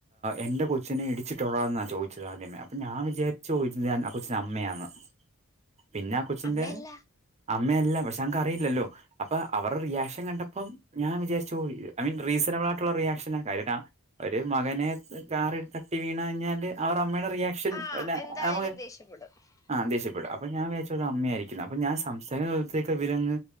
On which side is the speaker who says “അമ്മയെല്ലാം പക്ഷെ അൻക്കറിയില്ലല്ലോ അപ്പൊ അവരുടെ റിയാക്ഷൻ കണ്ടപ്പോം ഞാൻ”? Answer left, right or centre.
Right